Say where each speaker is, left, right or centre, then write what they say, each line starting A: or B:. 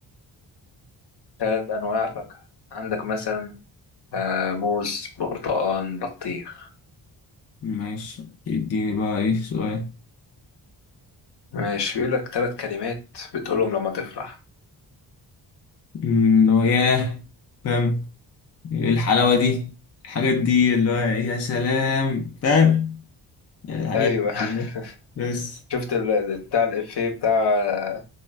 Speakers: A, on the left; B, on the left.
A: ثلاث أنواع فاكهة عندك مثلا آه، موز برتقال بطيخ
B: ماشي اديني بقى ايه سؤال
A: ماشي بيقول لك ثلاث كلمات بتقولهم لما تفرح
B: أمم، اللي هو ياه فاهم ايه الحلاوة دي الحاجات دي اللي هو يا سلام فاهم يعني الحاجات
A: ايوه
B: دي بس
A: <laughs> شفت ال- ال- بتاع الإفيه بتاع